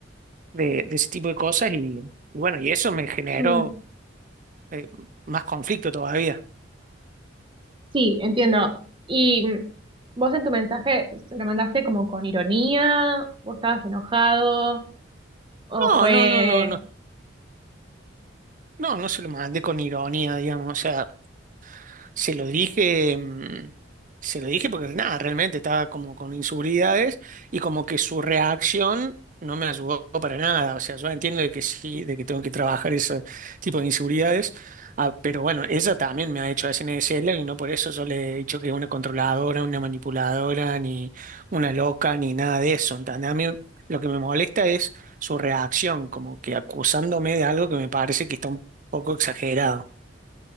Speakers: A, on the right (about 40°); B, on the right (about 25°).
A: de, de ese tipo de cosas y y bueno, y eso me generó
B: mm,
A: eh, más conflicto todavía.
B: sí, entiendo. Y mm, vos en tu mensaje se lo mandaste como con ironía, vos estabas enojado, o
A: No,
B: fue...
A: no, no, no, no. No, no se lo mandé con ironía, digamos. O sea, se lo dije, mm, se lo dije porque nada, realmente estaba como con inseguridades y como que su reacción no me ayudó para nada. O sea, yo entiendo de que sí, de que tengo que trabajar ese tipo de inseguridades, ah, pero bueno, ella también me ha hecho SNSL y no por eso yo le he dicho que es una controladora, una manipuladora, ni una loca, ni nada de eso. ¿entendés? A mí lo que me molesta es su reacción, como que acusándome de algo que me parece que está un poco exagerado.